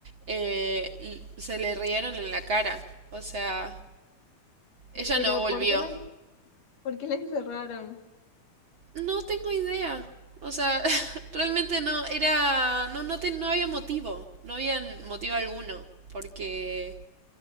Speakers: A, on the right; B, on the left.
A: eh, se le rieron en la cara. O sea, ella
B: Pero
A: no volvió.
B: ¿por qué la, por qué la encerraron?
A: No tengo idea. O sea, <laughs> realmente no era, no, no, te- no había motivo, no había motivo alguno, porque